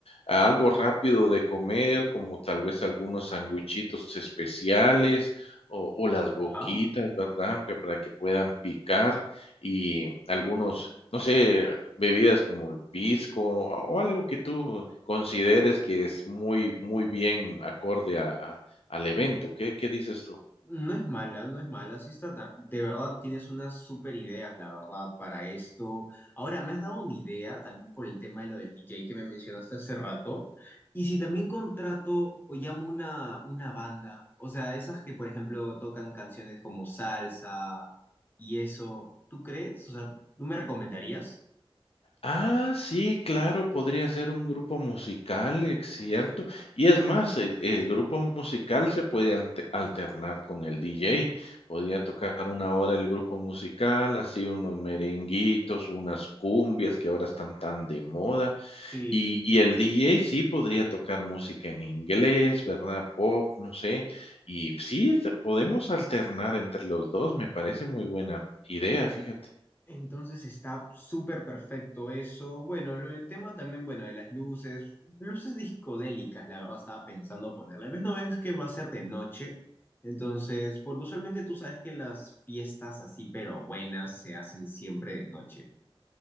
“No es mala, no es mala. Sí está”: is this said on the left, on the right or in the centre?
Left